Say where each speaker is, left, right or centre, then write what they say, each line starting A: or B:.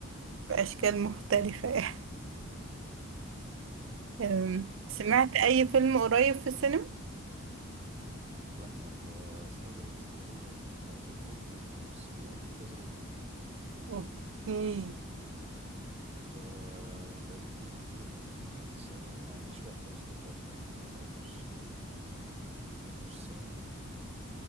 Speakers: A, on the right; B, on the right.
A: بأشكال مختلفة يعني أم، سمعت
B: مم.
A: أي فيلم قريب في السينما؟
B: لا ما كسينما بقالي كتير قوي ما دخلت أنا آخر فيلم دخلته في السينما الفيل الأزرق اتنين
A: أوكي
B: ده بقالي كتير كتير يعني ما دخلت السينما ما عنديش وقت اصلا تقريبا ان انا اخش اخش السينما